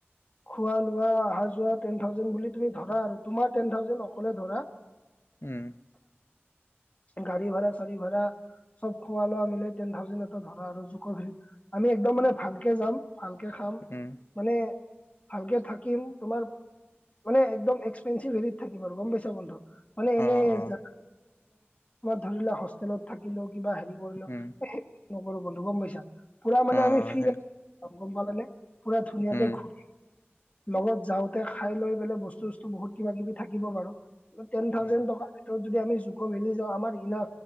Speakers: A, on the left; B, on the left.
A: খোৱা-লোৱা, অহা যোৱা টেন থাউজেনড বুলি তুমি ধৰা আৰু তোমাৰ টেন থাউজেণ্ড অকলে ধৰা
B: উম।
A: গাড়ী ভাড়া, চাৰী ভাড়া চ'ব খোৱা লোৱা মিলাই টেন থাউজেণ্ড এটা ধৰা আৰু জোকভেলী আমি একদম মানে ভালকে যাম, ভালকে খাম,
B: উম,
A: মানে ভালকে থাকিম, তোমাৰ মানে একদম এক্সপেঞ্চি হেৰিত থাকিম আৰু গম পাইছা বন্ধু। মানে এনেই
B: অ', অ',
A: <unintelligible> ধৰিল হোষ্টেলত থাকিলোঁ, কিবা হেৰি কৰিলো
B: উম,
A: <unintelligible> নকৰো বন্ধ গম পাইছা। পুৰা মানে
B: অ',
A: আমি ফ <unintelligible>
B: সেন
A: গম পালে, পুৰা ধুনীয়াকে
B: উম,
A: ঘূৰি <inaudible> লগত যাওঁতে খাই লৈ পেলাই বস্তু-চচস্তু বহুত কিবা কিবি থাকিব বাৰু। টেন থাউজেণ্ড
B: উম,
A: টকা ভিতৰত যদি আমি আকৌ মিলি যাওঁ, আমাৰ ইনা